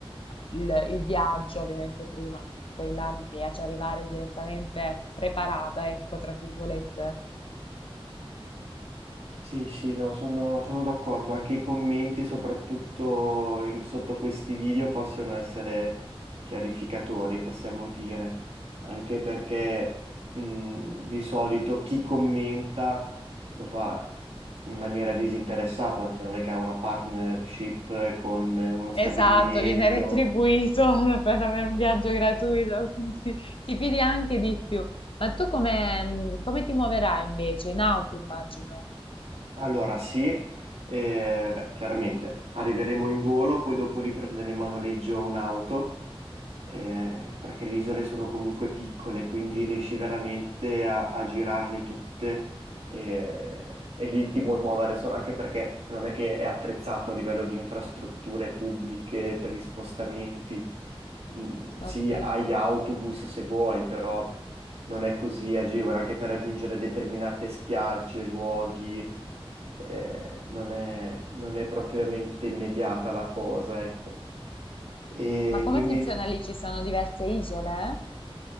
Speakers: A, on the left; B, on the right.
A: il, il viaggio, ovviamente prima, perché poi là mi piace arrivare direttamente preparata, ecco, tra virgolette.
B: Sì, sì, no, sono, sono d'accordo. Anche i commenti, soprattutto in- sotto questi video, possono essere chiarificatori, possiamo dire. Anche perché mh, di solito chi commenta lo fa in maniera disinteressata, cioè non è che ha una partnership con uno stabilimento.
A: Esatto, viene retribuito <laughs> per avere un viaggio gratuito, quindi ti fidi anche di più. Ma tu come, mh, come ti muoverai invece? In auto, immagino.
B: Allora, sì, eh, beh, chiaramente arriveremo in volo, poi dopo lì prenderemo a noleggio un'auto eh, perché le isole sono comunque piccole, quindi riesci veramente a, a girarle tutte eh, e, lì ti puoi muovere solo, anche perché non è che è attrezzato a livello di infrastrutture pubbliche per gli spostamenti. Mm, sì,
A: Ok.
B: hai autobus se vuoi, però non è così agevole, anche per raggiungere determinate spiagge, luoghi, eh, non è, non è propriamente immediata la cosa, ecco. E
A: Ma come
B: quindi
A: funziona lì? Ci sono diverse isole, eh?